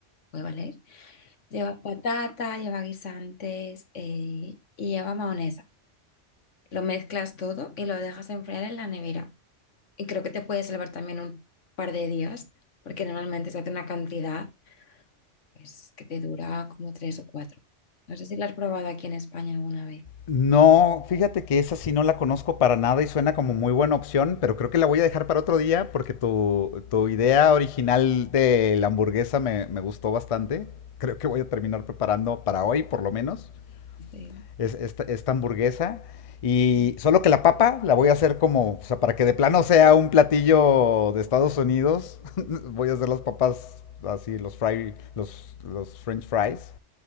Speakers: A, on the left (about 80°); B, on the left (about 55°).
A: puede valer. Lleva patata, lleva guisantes eh, y lleva mayonesa Lo mezclas todo y lo dejas enfriar en la nevera. Y creo que te puede salvar también un par de días, porque normalmente se hace una cantidad. pues que te dura como tres o cuatro. No sé si la has probado aquí en España alguna vez.
B: No, fíjate que esa sí no la conozco para nada y suena como muy buena opción, pero creo que la voy a dejar para otro día porque tu, tu idea original de la hamburguesa me, me gustó bastante. Creo que voy a terminar preparando para hoy, por lo menos.
A: Sí.
B: es, esta, esta hamburguesa. Y
A: Mm,
B: solo que la papa la voy a hacer como, o sea, para que de plano sea un platillo de Estados Unidos, <laughs> voy a hacer las papas así, los fry, los, los french fries,